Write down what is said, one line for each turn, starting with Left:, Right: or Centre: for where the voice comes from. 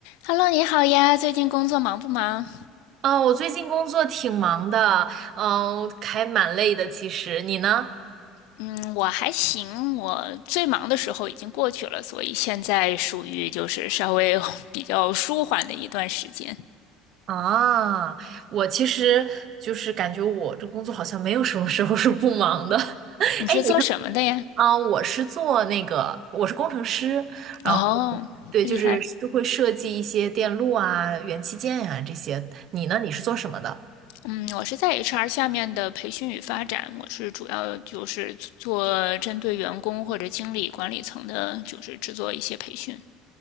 Left: Hello，你好呀，最近工作忙不忙？
Right: 嗯，我最近工作挺忙的，嗯，还蛮累的。其实你呢？
Left: 嗯，我还行，我最忙的时候已经过去了，所以现在属于就是稍微 <laughs> 比较舒缓的一段时间。
Right: 啊，我其实就是感觉我这工作好像没有什么时候是不忙的。<laughs>
Left: 你是做什么的呀？
Right: 哎，你是啊，我是做那个，我是工程师，然后
Left: 哦，
Right: 对，
Left: 厉害。
Right: 就是会设计一些电路啊、元器件呀、这些。你呢？你是做什么的？
Left: 嗯，我是在 HR 下面的培训与发展，我是主要就是做针对员工或者经理管理层的，就是制作一些培训。